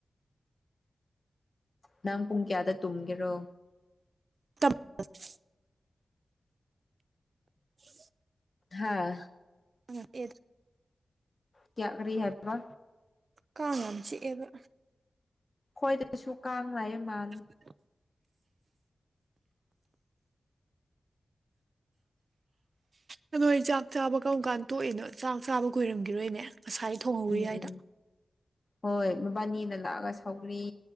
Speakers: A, on the left (about 40°); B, on the right (about 55°).
A: ꯅꯪ ꯄꯨꯡ ꯀꯌꯥꯗ ꯇꯨꯝꯒꯦꯔꯣ
B: <unintelligible> <unintelligible>
A: ꯍꯥꯥ
B: ꯎꯝ ꯑꯦ
A: ꯀꯌꯥ ꯀꯔꯤ ꯍꯥꯏꯕ꯭ꯔ
B: ꯀꯥꯡ ꯌꯥꯝ ꯆꯤꯛꯑꯦꯗ
A: ꯈꯣꯏꯗꯁꯨ ꯀꯥꯡ ꯂꯩꯌꯦ ꯃꯥꯜꯂꯤ
B: <unintelligible> ꯅ ꯅꯣꯏ ꯆꯥꯛ ꯆꯥꯕ ꯀꯔꯝ ꯀꯥꯟ ꯇꯣꯛꯏꯅꯣ ꯆꯥꯛ ꯆꯥꯕ ꯀꯣꯏꯔꯝꯈꯤꯔꯣꯏꯅꯦ ꯉꯁꯥꯏ ꯊꯣꯡꯒꯔꯤ
A: ꯎꯝ
B: ꯌꯥꯏꯗ
A: ꯍꯣꯏ ꯃꯕꯥꯅꯤꯅ ꯂꯥꯛꯑꯒ ꯁꯧꯒ꯭ꯔꯤ